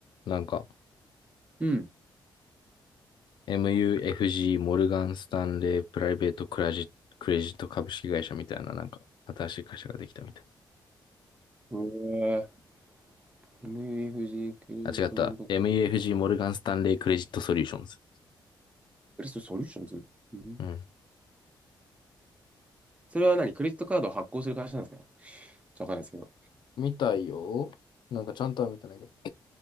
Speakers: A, on the left (about 65°); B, on the right (about 15°).
A: なんか、
B: うん。
A: MUFG、モルガン・スタンレー、プライベートクラジット、クレジット株式会社みたいな、なんか、新しい会社ができたみたい。
B: うわー m f g クレジットなんと、
A: あ、違った。MUFG、モルガン・スタンレー、クレジット・ソリューションズ。
B: クレジットソリューションズうん
A: うん。
B: それは何クレジットカードを発行する会社なんですかちょっとわかんないですけど。
A: 見たいよ。なんかちゃんとは見てないけど。